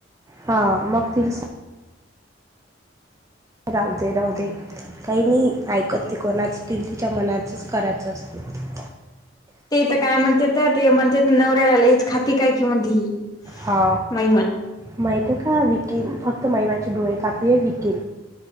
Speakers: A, on the right (about 15°); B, on the left (about 20°).
A: हा मग त <unintelligible> राहूदे राहूदे काही मी ऐकत ती कोणाची तिल तिच्या मनाचंच करायचं असतं
B: ते तर काय म्हणते तर ते म्हणतेत नवऱ्याला लईच खाती काय की म्हणते ही
A: हा
B: महिमा
A: माहित आहे का विकी फक्त महिमाचे डोळे कापले आहे विकी